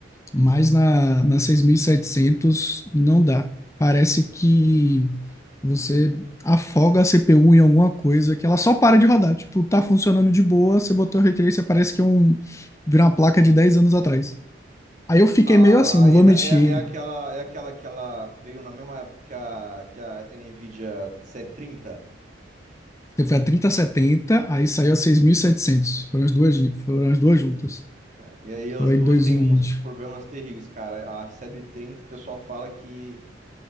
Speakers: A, on the left; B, on the right.
A: Mas na, na 6700 não dá. Parece que você afoga a CPU em alguma coisa que ela só para de rodar. Tipo, tá funcionando de boa, você botou o Ray Tracer, parece que é um, vira uma placa de 10 anos atrás. Aí eu fiquei
B: Ah,
A: meio assim, eu não
B: é,
A: vou
B: da-
A: mentir.
B: é, é aquela, é aquela que ela veio na mesma época que a, que a Nvidia série 30.
A: Você foi trinta setenta aí saiu a seis mil e setecentos Foram as duas, foram as duas juntas.
B: né? E aí as
A: Foi
B: duas
A: em dois
B: têm
A: mil
B: uns
A: e vinte
B: problemas terríveis, cara. A série 30, o pessoal fala que,